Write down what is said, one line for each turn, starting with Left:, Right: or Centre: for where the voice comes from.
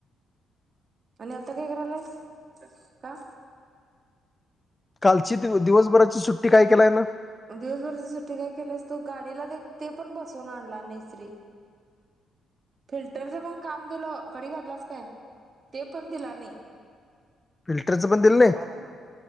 Right: आणि आता काय करायलस अभ्यास, का?
Left: कालची दिव दिवसभराची सुट्टी काय केलाय हेना
Right: दिवसभरची सुट्टी काय केल्यास तू गाडीला ते ते पण बसवून आणला नाहीस रे फिल्टरचं पण काम दिलो कडी घातलाच काय? ते पण दिला नाही.
Left: फिल्टरचं पण
Right: त्याला
Left: दिलं नाही.
Right: पाय लागल.